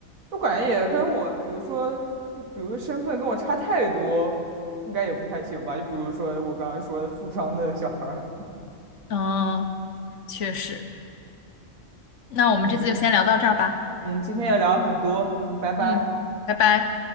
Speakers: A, on the right (about 85°); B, on the left (about 65°).
A: 我感觉也跟我，比如说，就比如说身份跟我差太多，应该也不太行吧。就比如说我刚刚说的富商的小孩儿，
B: 嗯，确实。那我们这次就先聊到这儿吧。
A: <laughs> 嗯，嗯，今天也聊了很多，嗯，拜拜。
B: 嗯，拜拜。